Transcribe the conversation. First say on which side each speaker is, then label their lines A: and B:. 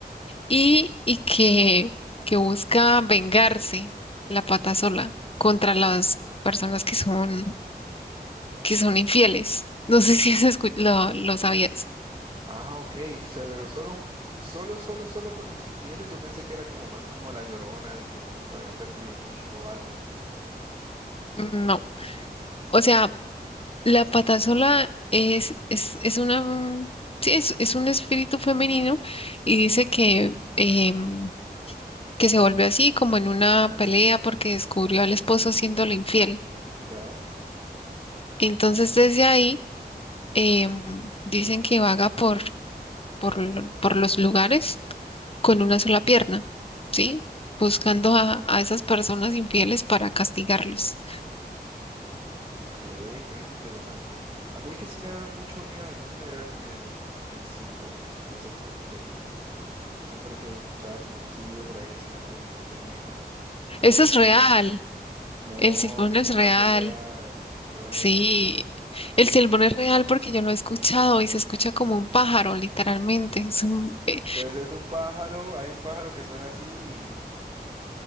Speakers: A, on the left (about 35°); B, on the right (about 30°).
A: Y, y que, que busca vengarse la pata sola contra las personas que son, que son infieles. No sé si has escu- lo, lo sabías.
B: Ah, ok, Severo, solo, solo, solo, solo con los infieles. Yo pensé que era como más como la Llorona, de que de pronto había perdido un hijo o algo.
A: No. O sea, la pata sola es, es, es una, sí, es, es un espíritu femenino y dice que, em, que se volvió así como en una pelea porque descubrió al esposo siéndole infiel.
B: Ya,
A: Entonces desde ahí em, dicen que vaga por, por, lo- por los lugares con una sola pierna, ¿sí? Buscando a, a esas personas infieles para castigarlos.
B: ok, ve, interesante. A mí el que sí me da mucho miedo de niño era el, el silbón, no sé por qué. Siempre que escuchaba como un silbido por ahí decía, uy, no, qué miedo. <laughs>
A: Eso
B: Pero
A: es real,
B: pues, no,
A: el silbón
B: ¿cómo
A: es real,
B: va a ser real? ¿Qué vas
A: sí.
B: a decir eso?
A: El silbón es real porque yo lo he escuchado y se escucha como un pájaro, literalmente. Es un- eh,
B: Pues es un pájaro, hay un pájaro que suena así. y-